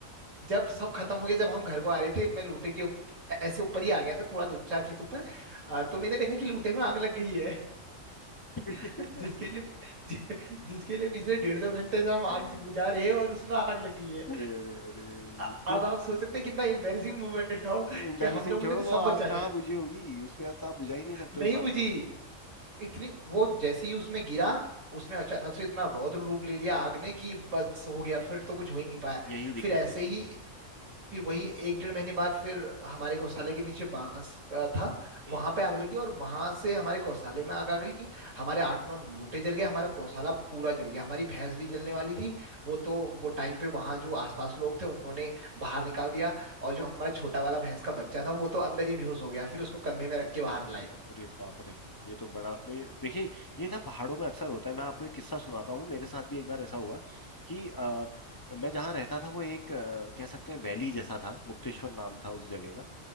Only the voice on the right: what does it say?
जब सब खत्म हो गया जब हम घर को आ रहे थे मैं लूटे के उप, ऐसे ऊपर ही आ गया था थोड़ा दो चार खेत ऊपर अ, तो मैंने देखा कि लूटे में आग लग गई है
<laughs> जिसके लिए जि, जिसके लिए पिछले डेढ़ दो घंटे से हम
आग बुझा रहे हैं और उसमें आग लग गई है
अ-
अब आप सोच सकते हैं कितना एम्बेरसिंग मोमेंट था वो
कि हम लोगों
ने
सब
बचा
लिया
नहीं
बुझी
इतनी वो जैसे ही उसमें गिरा उसने अचानक से इतना रौद्र रूप ले लिया आग ने कि बस हो गया फिर तो कुछ हो ही नहीं पाया
फिर ऐसे
ही फिर वही एक डेढ़ महीने बाद फिर हमारे गौशाले के नीचे बांस का था
वहां पे आग लगी और वहां से हमारे गौशाले में आग आ गई हमारे आठ नौ लूटे जल गए हमारा गौशाला पूरा जल गया हमारी भैंस भी जलने वाली थी वो तो वो टाइम पे वहां जो आसपास लोग थे उन्होंने बाहर निकाल दिया और जो हमारा छोटा वाला भैंस का बच्चा था वो तो अंदर ही बेहोश हो गया फिर उसको कंधे में रख के बाहर लाई